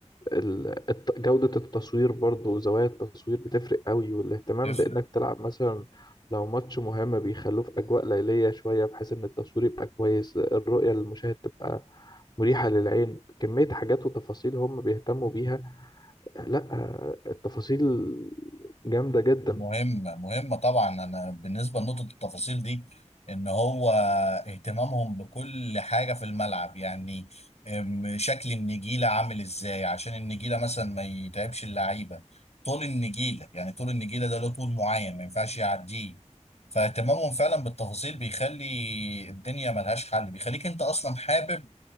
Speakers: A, on the left (about 40°); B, on the left (about 65°).
A: ال- الت- جودة التصوير برضو زوايا التصوير بتفرق قوي والاهتمام
B: بتفرق
A: بإنك تلعب مثلا لو ماتش مهم بيخلوه في أجواء ليلية شوية بحيث إن التصوير يبقى كويس الرؤية للمشاهد تبقى مريحة للعين كمية حاجات وتفاصيل هم بيهتموا بيها لا التفاصيل جامدة جدا
B: مهمة مهمة طبعا أنا بالنسبة لنقطة التفاصيل دي إن هو اهتمامهم بكل حاجة في الملعب يعني أم، شكل النجيلة عامل إزاي عشان النجيلة مثلا ما يتعبش اللعيبة طول النجيلة يعني طول النجيلة ده له طول معين ما ينفعش يعديه فاهتمامهم فعلا بالتفاصيل بيخلي الدنيا ملهاش حل بيخليك أنت أصلا حابب